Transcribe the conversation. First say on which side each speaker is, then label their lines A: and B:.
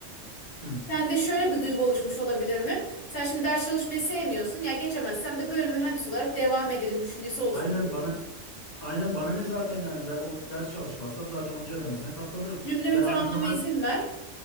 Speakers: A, on the left; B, on the left.
A: Hı.
B: Sende şöyle bir duygu oluşmuş olabilir mi? Sen şimdi ders çalışmayı sevmiyorsun. Ya geçemezsem de böyle mühendis olarak devam ederim düşüncesi oluşmuş.
A: Aynen bana Aynen bana ne zaten yani ben o ders çalışmazsam zaten 10. elemesine katlanırım.
B: Cümlemi
A: Ben
B: tamamlama
A: Ali Kemal
B: izin ver.